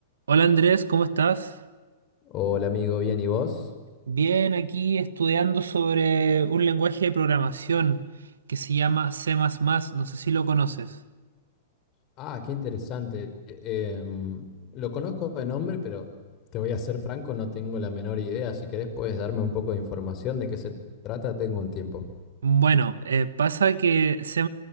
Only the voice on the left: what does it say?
Hola amigo, bien, ¿y vos?
Ah, qué interesante. Em, lo conozco de nombre, pero te voy a ser franco, no tengo la menor idea. Si querés, puedes darme un poco de información de qué se trata, tengo un tiempo.